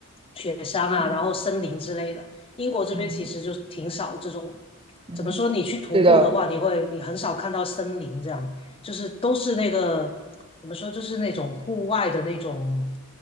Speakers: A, on the left; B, on the right.
A: 雪山啊，
B: 嗯
A: 然后森林之类的。英国这边其实就挺少这种，
B: 嗯嗯嗯，
A: 怎么说？你去徒步的话，
B: 是的。
A: 你会你很少看到森林这样，就是都是那个怎么说，就是那种户外的那种，